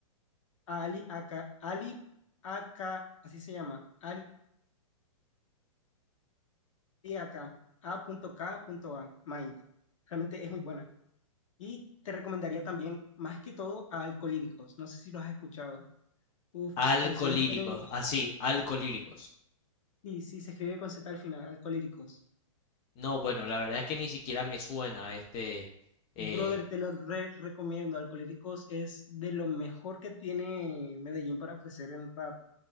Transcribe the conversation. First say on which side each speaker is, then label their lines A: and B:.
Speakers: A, on the left; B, on the left.
A: a Ali Aka, Ali Aka, así se llama, Ali Aka, A.K.A. Mind. Realmente es muy buena. Y te recomendaría también, más que todo, a Alcolíricos. No sé si los has escuchado. Uf,
B: Alcolíricos,
A: sus canciones tienen
B: así, alcolíricos.
A: Sí, sí, se escribe con Z al final, Alcohólicos.
B: No, bueno, la verdad es que ni siquiera me suena. Este, eh,
A: Brother, te lo re recomiendo. Alcohólicos es de lo mejor que tiene Medellín para ofrecer en rap.